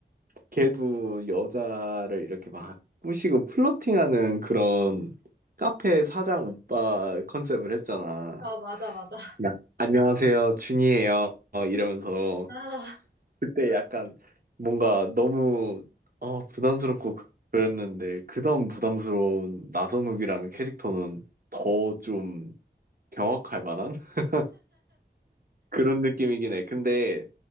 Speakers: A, on the right; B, on the right.
A: 걔도 여자를 이렇게 막 꼬시고 플러팅하는 그런 카페 사장 오빠 컨셉을 했잖아.
B: 아 맞아 맞아.
A: 나- 안녕하세요, 준이에요. 어, 이러면서.
B: 아
A: 그때 약간 뭔가 너무 어, 부담스럽고 그- 그랬는데 그다음 부담스러운 나선욱이라는 캐릭터는 더 좀 경악할 만한 <laughs> 그런 느낌이긴 해. 근데